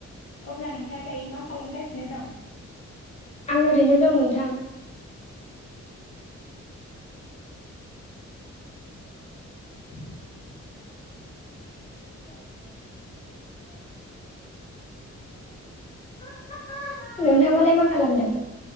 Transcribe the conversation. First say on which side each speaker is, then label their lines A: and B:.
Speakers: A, on the left; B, on the left.
A: अब्ला नोंथाङा दायो मा? खालामगासिनो दं?
B: आं ओरैनो दं नोंथां।
A: <inaudible>
B: <unintelligible> नोंथाङालाय मा खालामदों?